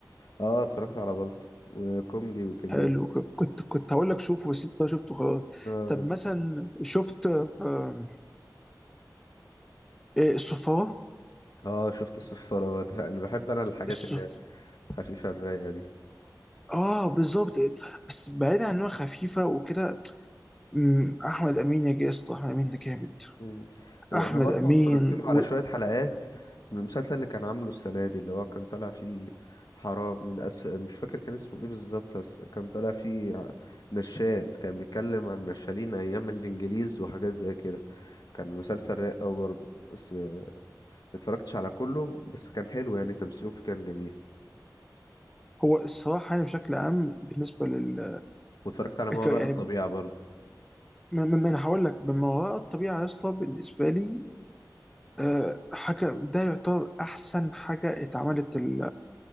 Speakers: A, on the left; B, in the centre.
A: اه اتفرجت على بلطو وكوميدي وجميل
B: حلو ك- كنت كنت هقول لك شوفه بس انت شفته خلاص
A: اه
B: طب
A: جميل
B: مثلا شفت آم، إيه، الصفارة
A: اه شفت الصفارة برضه <laughs> انا بحب انا الحاجات
B: الصف
A: اللي هي الخفيفة الرايقة دي
B: اه بالظبط بس بعيد عن انها خفيفه وكده مم، احمد امين يا جاسط احمد امين ده جامد
A: مم. انا
B: احمد
A: برضه
B: امين
A: اتفرجت له
B: و-
A: على شوية حلقات من المسلسل اللي كان عامله السنة دي اللي هو كان طالع فيه حرام من أس... مش فاكر كان اسمه ايه بالظبط بس كان طالع فيه ع- نشال كان بيتكلم عن نشالين ايام الانجليز وحاجات زي كده كان مسلسل رايق اوي برضه بس آه، اتفرجتش على كله بس كان حلو يعني تمثيله فيه كان جميل
B: هو الصراحه يعني بشكل عام بالنسبه لل
A: واتفرجت على ما
B: ك-
A: وراء
B: يعني
A: الطبيعة برضه
B: ما ما- ما انا هقول لك من وراء الطبيعه يا اسطى بالنسبه لي آه، حاجه ده يعتبر احسن حاجه اتعملت ال...